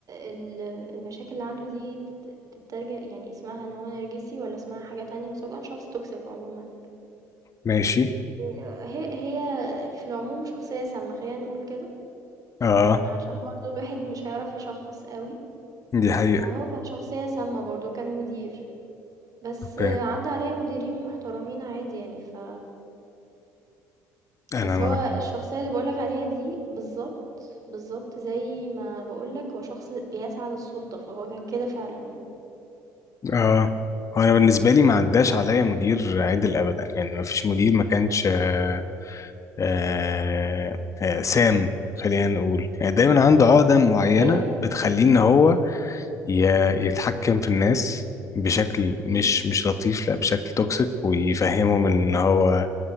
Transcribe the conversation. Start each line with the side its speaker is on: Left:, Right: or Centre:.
Right: ال المشاكل اللي عنده دي تت تترج يعني اسمها إن هو نرجسي والّا اسمها حاجة تانية، بس هو كان شخص toxic عمومًا.
Left: ماشي
Right: آآ هي هي في العموم شخصية سامة، خلّينا نقول كده،
Left: اه
Right: عشان برضه الواحد مش هيعرف يشخّص أوي.
Left: دي حقيقة
Right: هو كان شخصية سامة برضه، كان مدير، بس
Left: اوكي
Right: عدّى عليَّ مديرين محترمين عادي يعني ف
Left: انا
Right: بس
Left: ما
Right: هو الشخصية اللي باقول لك عليها دي بالضبط، بالضبط زي ما باقول لك هو شخص بيسعى للسُلطة، فهو كان كده فعلًا يعني.
Left: اه هو انا بالنسبه لي ما عداش عليا مدير عدل ابدا يعني ما فيش مدير ما كانش آه آه آه سام خلينا نقول يعني دايما عنده عقده معينه
Right: ياه!
Left: بتخليه ان هو ي- يتحكم في الناس بشكل
Right: إمم.
Left: مش مش لطيف لا بشكل توكسيك ويفهمهم ان هو